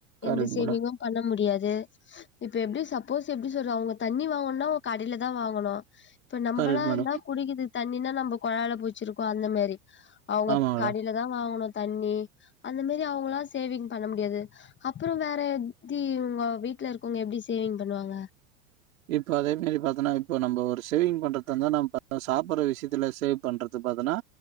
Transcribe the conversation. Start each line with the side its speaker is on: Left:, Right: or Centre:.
Right: கரெக்ட்
Left: எந்த சேவிங்கு
Right: மேடம்
Left: பண்ண முடியாது இப்ப எப்டி சப்போஸ் எப்டி சொல்ற அவ்ங்க தண்ணி வாங்கணுனா உ கடையில தா வாங்கணு இப்ப நம்மளா
Right: கரெக்ட் மேடம்
Left: இருந்தா குடிக்குது தண்ணினா நம்ம கொழலை பூச்சிருக்கோம் அந்த மேரி அவ்ங்க
Right: ஆமா மேடம்
Left: கடையில தான் வாங்கணும் தண்ணி அந்த மாரி அவங்களாம் சேவிங் பண்ண முடியாது அப்புறம் வேற எப்பிடி உங்க வீட்ல இருக்கவங்க எப்டி சேவிங் பண்ணுவாங்க.
Right: இப்போ அதே மேரி பாத்தனா இப்ப நம்ம ஒரு சேவிங் பண்றதுந்தான் நம்ப சாப்படுற விஷயத்துல சேவ் பண்றது பாத்தன்னா